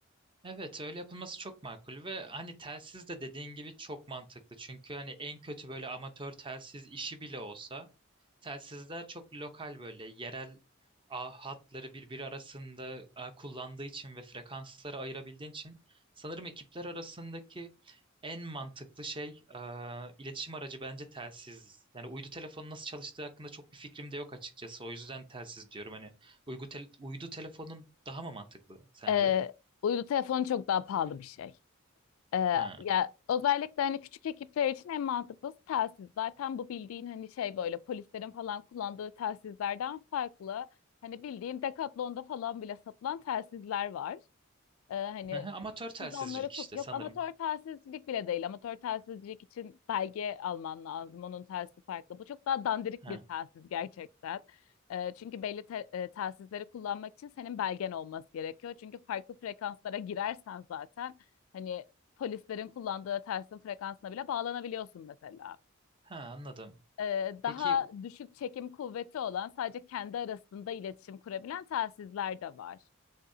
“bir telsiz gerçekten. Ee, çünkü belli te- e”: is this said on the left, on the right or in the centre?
Left